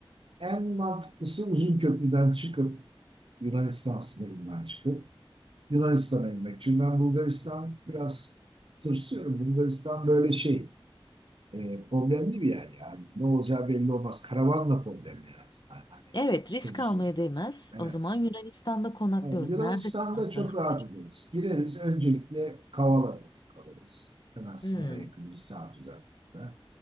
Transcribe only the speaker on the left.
Evet,
risk almaya değmez.
O zaman Yunanistan'da konaklıyoruz.
Nerede konaklanabiliriz?
Hmm.